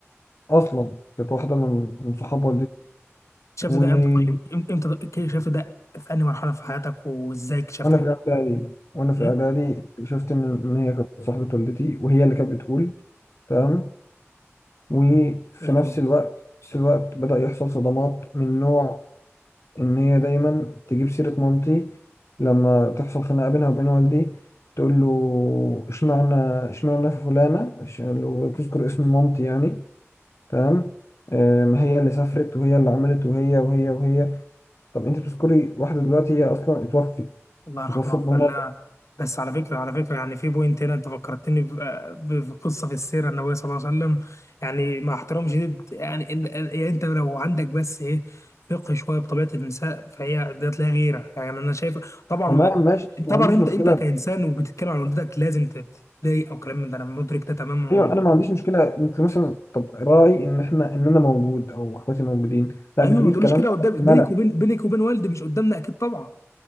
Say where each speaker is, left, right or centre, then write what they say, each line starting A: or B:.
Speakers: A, on the left (about 70°); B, on the left (about 80°).
A: أصلا كانت واحدة من من صحاب
B: شفت
A: والدتي
B: ده امتى طيب إم- امتى ده- شفت ده في انهي مرحله في حياتك وازاي اكتشفت
A: وانا
B: حاجه
A: في اعدادي وانا في
B: ايه
A: اعدادي شفت ان إن هي كانت صاحبة والدتي وهي اللي كانت بتقول تمام وفي
B: غريبه
A: نفس الوقت في نفس الوقت بدأ يحصل صدمات من نوع ان هي دايما تجيب سيرة مامتي لما تحصل خناقة بينها وبين والدي تقول له اشمعنى اشمعنى في فلانة إش- لو تذكر اسم مامتي يعني تمام آه، ما هي اللي سافرت وهي اللي عملت وهي وهي وهي طب انت بتذكري واحدة دلوقتي هي اصلا اتوفت
B: الله يرحمه
A: اتوفت
B: ويغفر
A: بمرض
B: لها بس على فكره على فكره يعني في بوينت هنا انت فكرتني ب- ب- بقصه في السيره النبويه صلى الله عليه وسلم يعني مع احترام شديد يعني ان- ان- يعني انت لو عندك بس ايه فقه شويه بطبيعه النساء فهي ديت لها غيره يعني انا شايف طبعا
A: تمام
B: ما-
A: ماشي ما
B: طبعا
A: عنديش
B: انت
A: مشكله
B: انت كانسان وبتتكلم عن والدتك لازم تتضايق او كلام من ده انا مدرك ده تماما ومحترم.
A: ايوه انا ما عنديش مشكله انت مثلا طب راعي ان احنا ان انا موجود او اخواتي موجودين لا
B: ايوه
A: بتقولي
B: ما تقوليش
A: الكلام
B: كده
A: ده
B: قدام
A: على الملأ
B: بينك وبين بينك وبين والدي مش قدامنا اكيد طبعا